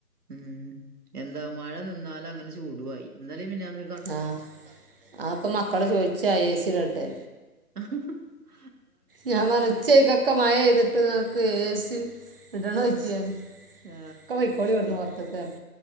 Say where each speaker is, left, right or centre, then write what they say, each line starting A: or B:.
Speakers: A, on the right; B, on the right.
A: ഉം എന്താ മഴ നിന്നാല് അങ്ങനെ ചൂടുവായി ഇന്നലിം മിനിഞാന്നും
B: ആ ആ ഇപ്പ മക്കള് ചോയിച്ച ഐ സി ഇടട്ടെ
A: ഹ ഹ ഹ...
B: ഞാൻ പർഞ് ഇച്ചെക്കൊക്ക മഴ പെയ്ത്ട്ട് ഇങ്ങക്ക് എ സി ഇടണോ ചോയ്ച്ച
A: ആഹ്.
B: ഒക്ക പൊയ്ക്കോളി വട്ന്ന് പൊർത്ത്ക്ക് പർഞ്